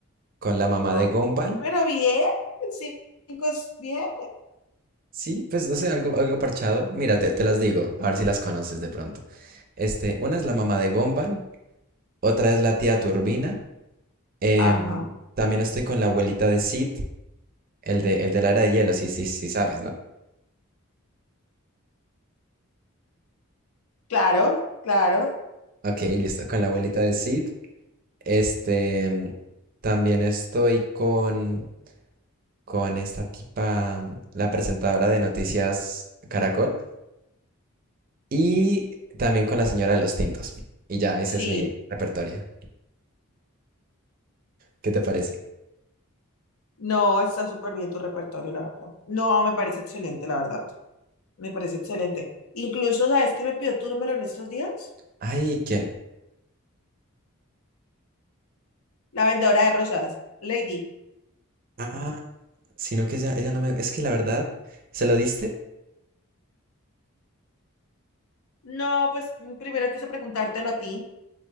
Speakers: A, on the right; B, on the left.
A: con la mamá
B: Ah.
A: de Gombal.
B: Pero bien, cinco es bien.
A: Sí, pues no sé, algo, algo parchado. Mira, te, te las digo, a ver si las conoces de pronto. Este, una es la mamá de Gombal, Otra es la tía Turbina. Em,
B: Ajá.
A: también estoy con la abuelita de Sid, el de, el de la era de hielo, sí, sí, sí sabes, ¿no?
B: Claro, claro.
A: Ok, listo, con la abuelita de Sid. Este, em, también estoy con, con esta tipa, la presentadora de Noticias Caracol. Y también con la señora de los tintos. Y ya, ese
B: Sí.
A: es mi repertorio. ¿Qué te parece?
B: No, está súper bien tu repertorio, la verdad. No, me parece excelente, la verdad. Me parece excelente. Incluso, ¿sabes quién me pidió tu número en estos días?
A: Ay, ¿quién?
B: La vendedora de rosas, Lady.
A: Ah, sino que ella, ella no me... Es que la verdad, ¿se lo diste?
B: No, pues primero quiso preguntártelo a ti.